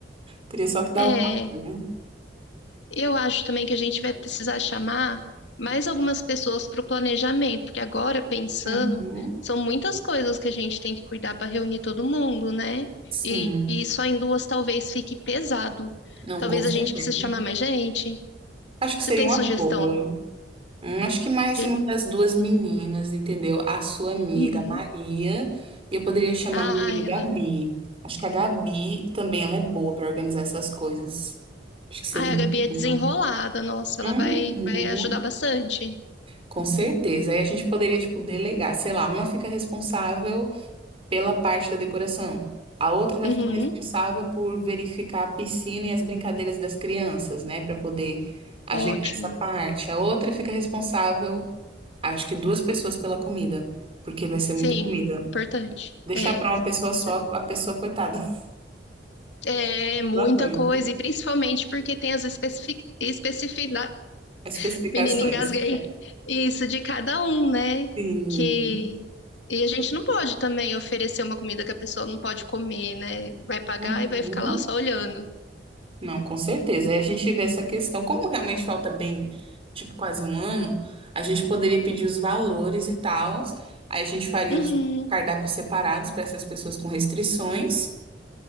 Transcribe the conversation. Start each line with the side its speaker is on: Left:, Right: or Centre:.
Right: Teria só que dar
Left: É,
Right: o valor, né?
Left: Eu acho também que a gente vai precisar chamar mais algumas pessoas para o planejamento, porque agora, pensando,
Right: Uhum.
Left: são muitas coisas que a gente tem que cuidar para reunir todo mundo, né?
Right: Sim,
Left: E, e só em duas talvez fique pesado.
Right: não,
Left: Talvez
Right: com certeza.
Left: a gente precise chamar mais gente.
Right: Acho que
Left: Você
Right: seria
Left: tem
Right: uma
Left: sugestão
Right: boa. Hum, acho que mais
Left: de.
Right: uma das duas meninas, entendeu? A sua amiga
Left: Uhum.
Right: Maria, e eu poderia chamar
Left: Ah,
Right: a minha amiga
Left: ela.
Right: Gabi. Acho que a Gabi também ela é boa para organizar essas coisas. Acho que seria
Left: Ah,
Right: uma
Left: a Gabi é
Right: boa.
Left: desenrolada, nossa, ela
Right: Uhum.
Left: vai, vai ajudar bastante.
Right: Com certeza. Aí a gente poderia, tipo, delegar, sei lá, uma fica responsável pela parte da decoração, a outra vai
Left: Uhum.
Right: ficar responsável por verificar a piscina e as brincadeiras das crianças, né, Para poder ajeitar
Left: Ótimo.
Right: essa parte. A outra fica responsável, acho que duas pessoas pela comida, porque vai ser
Left: Sim,
Right: muita comida.
Left: importante.
Right: Deixar
Left: É,
Right: para uma pessoa
Left: com
Right: só,
Left: certeza.
Right: a pessoa coitada, <laughs>
Left: É muita
Right: não aguenta.
Left: coisa, e principalmente porque tem as especificidades.
Right: As especificações.
Left: Menina, engasguei. Isso de cada um, né?
Right: Sim.
Left: Que. E a gente não pode também oferecer uma comida que a pessoa não pode comer, né? Vai pagar
Right: Uhum.
Left: e vai ficar lá só olhando.
Right: Não, com certeza. Aí a gente vê essa questão. Como realmente falta bem, tipo, quase um ano, a gente poderia pedir os valores e tal. Aí a gente faria
Left: Uhum,
Right: os cardápios separados para essas pessoas com restrições.